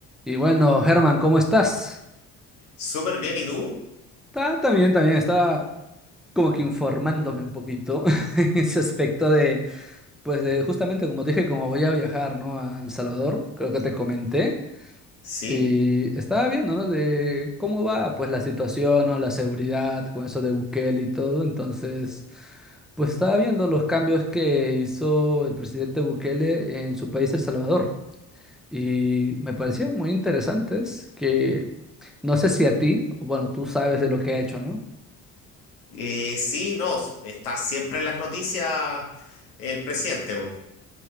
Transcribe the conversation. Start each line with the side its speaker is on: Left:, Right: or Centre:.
Centre: Y bueno, Germán, ¿cómo estás?
Left: Súper bien, ¿y tú?
Centre: Está también, también estaba como que informándome un poquito <laughs> en ese aspecto de, pues de justamente como te dije, como voy a viajar, ¿no? A El Salvador, creo que te comenté,
Left: Sí,
Centre: y estaba viendo, ¿no? De cómo va, pues la situación, ¿no? La seguridad con eso de Bukele y todo, entonces, pues estaba viendo los cambios que hizo el presidente Bukele en su país, El Salvador. y me parecían muy interesantes que no sé si a ti, o bueno, tú sabes de lo que ha hecho, ¿no?
Left: eh, sí, no, está siempre en las noticias el presidente. po.